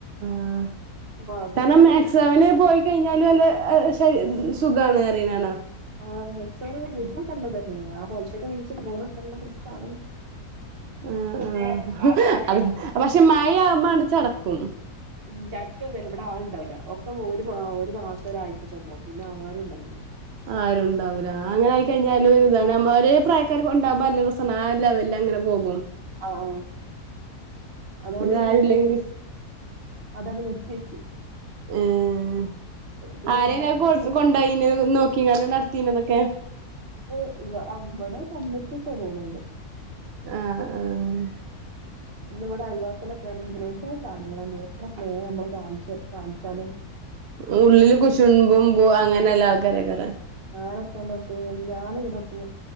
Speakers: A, on the right; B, on the right.
A: ആ
B: അപ്പൊ അതിലിഞ്ഞി
A: സ്ഥലം മേക്സ് സെവന് പോയി കഴിഞ്ഞാല് വല്ല ശരി സുഖാണ് അറിണാണ
B: ആഹ് മെക്സവണ് പോണൊക്കെ നല്ലതന്നെയാണ് ആ പൊൽച്ചക്ക് നീച്ച് പോണ കണ്ട രസാണ്
A: ആഹ്
B: പക്ഷെ
A: ആഹ്
B: ആള് വാണടാ
A: അ പക്ഷെ മഴയാവുമ്പങ്ങട് ചടക്കും
B: ഉം ചടക്കൊന്നല്ല ഇവടെ ആൾണ്ടാവുല ഒക്ക ഒരു മാ ഒരു മാസം ഒരാഴ്ച്ചക്കെ ഇണ്ടാവും പിന്നെ ആരും ഇണ്ടാവുല
A: ആരുംണ്ടാവൂല്ല അങ്ങനെ ആയി കഴിഞ്ഞാല് ഒരിതാണ് അമ്മ ഒരേ പ്രായക്കാർക്ക് ഉണ്ടാവുമ്മ്മ്പൊ നല്ലരെസാണ് ആ ഒര് ലെവൽങ്ങനെ പോകും
B: ആഹ് ആഹ് അതോണ്ട്
A: ഇത്
B: പിന്നെ
A: ആരുല്ലെങ്കി
B: ഞാൻ അതാണ് നിർത്തിയെച്ച്
A: ഏഹ്
B: പിന്നെ
A: ആരേം
B: <unintelligible>
A: കൊ കൊണ്ടായിന് നോക്കിങ്ങാണ്ട് നടത്തീനതൊക്കെ
B: അത് അവ്വടെ കമ്മറ്റിയൊക്കെ തോന്ന്ണ്ട്
A: ആഹ് ആഹ്
B: പിന്നെ ഇവിടെ അൽവാസികളൊക്കെ ആണെങ്കില് ഒര്ജാതി സാധനങ്ങളാണി എത്ര ഏ ഞമ്മള് കാണിച്ചു കാണിച്ചാലും
A: ഉള്ളില് കുശുമ്പും മ്പോ അങ്ങനെല്ല ആൾക്കാരെ കാരം
B: ഞാനൊക്കെന്നോക്കിയേ ഞാന് ഇങ്ങടൊക്ക്